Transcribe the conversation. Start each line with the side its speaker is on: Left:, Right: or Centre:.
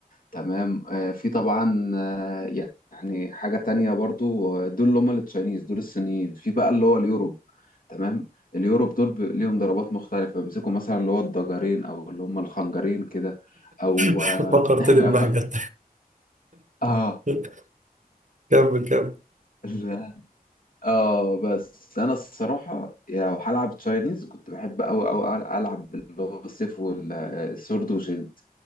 Left: تمام آه، في طبعا آه، يعني حاجة تانية برضو آه، دول اللي هم التشاينيز دول الصينيين في بقى اللي هو اليوروب تمام اليوروب دول ب- ليهم ضربات مختلفة بيمسكوا مثلا اللي هو الضجرين أو اللي هم الخنجرين كده أو
Right: <laughs>
Left: آه
Right: فكرتني ببهجة
Left: <laughs>
Right: <laughs> كمل كمل
Left: آه، اه بس انا الصراحه يعني لو هلعب تشاينيز كنت بحب قوي قوي العب اللي هو السيف والسورد وشيلد